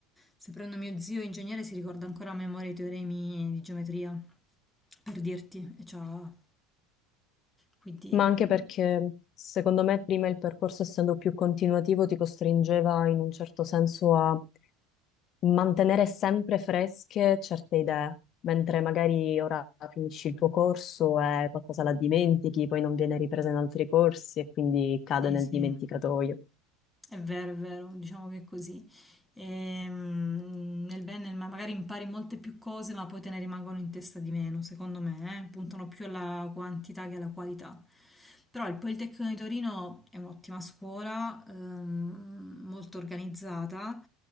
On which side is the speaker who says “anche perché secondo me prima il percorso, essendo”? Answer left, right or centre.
Left